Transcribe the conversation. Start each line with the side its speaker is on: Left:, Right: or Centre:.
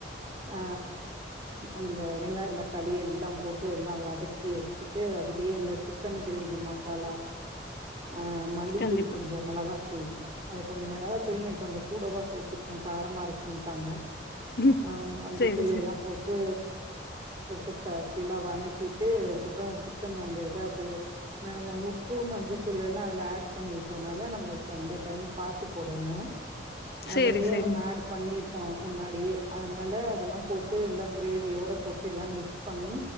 Right: ஹ அந்த வெங்காயம் தக்காளி எல்லாம் போட்டு எல்லாம் வதக்கி எடுத்துட்டு அதுலயே இந்த சிக்கன் கிரேவி மசாலா ஆஹ் மல்லித்தூள்
Left: கண்டிப்பா
Right: கொஞ்சம் மிளகா தூள் அது கொஞ்ச மிளகா தூள் நீ கொஞ்சம் கூடவா சேர்த்துட்டேன் காரமா இருக்குட்டாங்க
Left: ம்
Right: ஆஹ் மஞ்ச
Left: சேரி
Right: தூள்
Left: சேரி
Right: எல்லா போட்டு போட்டு ஃபுல்லா வனக்கிட்டு அதுக்கப்புறம் சிக்கன் அந்த இது அப்டியே நம்ம உப்பு மஞ்ச தூள் எல்லா அதுல ஆட் பண்ணிட்டனால நம்ம இப்ப இந்த டைம் பாத்து போடணு
Left: சேரி
Right: அதுலயே
Left: சேரிங்க
Right: நம்ம ஆட் பண்ணிருக்கோ முன்னாடியே அதனால அதெல்லாம் போட்டு எல்லாம் கிரேவியோட போட்டு எல்லா மிக்ஸ் பண்ணி